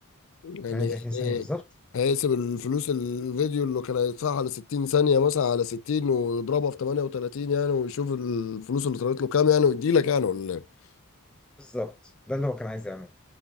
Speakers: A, on the left; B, in the centre.
A: يعني
B: 38 ثانيه
A: ايه
B: بالظبط
A: هيقسم الفلوس الفيديو اللي كان هيدفعها على 60 ثانية مثلا على 60 ويضربها في 38 يعني ويشوف الفلوس اللي طلعت له كام يعني ويديلك يعني ولا ايه
B: بالظبط ده اللي هو كان عايز يعمله